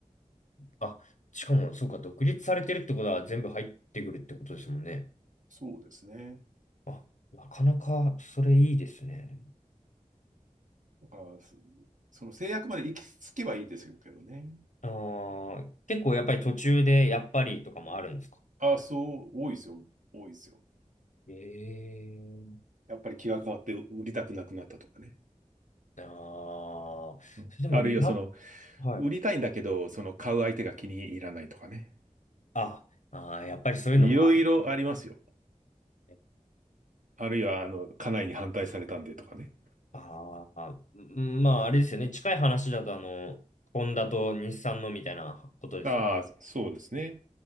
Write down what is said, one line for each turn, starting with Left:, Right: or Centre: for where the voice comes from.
Left: あ、しかも、そうか、独立されてるってことは全部入ってくるってことですもんね。
Right: そうですね。
Left: あ、なかなかそれいいですね。
Right: だから、そその制約まで行き着けばいいですけどね。
Left: あー、結構やっぱり途中でやっぱりとかもあるんですか
Right: ああ、そう、多いですよ。多いですよ。
Left: ええー
Right: やっぱり気が変わってう売りたくなくなったとかね。
Left: ああー、
Right: うん、
Left: それでも、
Right: あるいはその、
Left: な、はい。
Right: 売りたいんだけど、その買う相手が気に入らないとかね。
Left: あ、あー、やっぱりそういうのもある
Right: いろいろありますよ。
Left: ね。
Right: あるいは、あの、家内に反対されたんでとかね。
Left: ああ、うんまああれですよね。近い話だとあの、ホンダと日産のみたいなことですよ。
Right: ああ、そうですね。